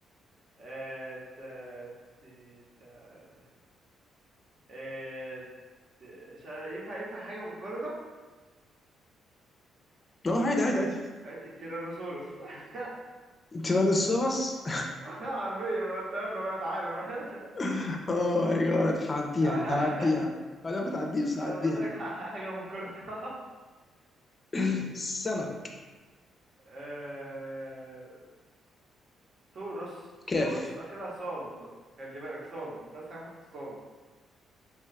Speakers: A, on the right (about 55°); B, on the left (about 30°).
A: آه، ت ت ت ت آه، ت- مش عارف، ينفع ينفع حاجة منقرضة
B: <laughs> اه عادي عادي عادي
A: آه، ت- تيرانوسورس <laughs>
B: تيران السوبس
A: حرفيا انا اتقل له بقى تعالى بقى
B: <laughs> اوه ماي جاد هعديها
A: <laughs>
B: هعديها انا ما بتعديش هعديها
A: أنا قلت لك حاجة منقرضة
B: <laughs> سمك
A: آه... سوروس سوروس
B: كيف
A: اخرها صاد خلي بالك صاد انت عايز حاجه بحرف الصاد